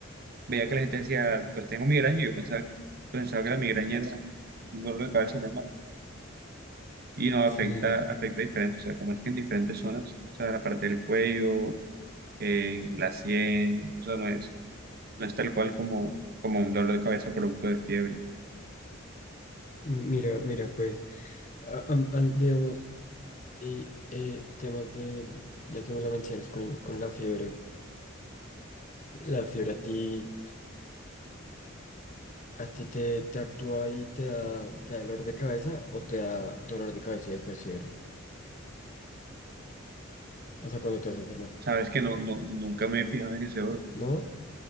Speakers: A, on the right; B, on the left.
A: veía que la gente decía, pues tengo migraña, y yo pensaba, pensaba que la migraña era un dolor de cabeza normal. Y no, afecta,
B: Sí,
A: afecta diferente, o sea, como es que en diferentes zonas, o sea, la parte del cuello, en la sien, o sea, no es, no es tal cual como, como un dolor de cabeza producto de fiebre.
B: mira, mira, pues, a- a- a- digamos, y eh, temas de, ya que me lo mencionas con, con la fiebre, ¿la fiebre a ti, a ti te, te actúa y te da, te da dolor de cabeza o te da dolor de cabeza y después fiebre? O sea, cuando te vas a enfermar.
A: Sabes que no, no, nunca me he fijado en ese orden.
B: ¿No?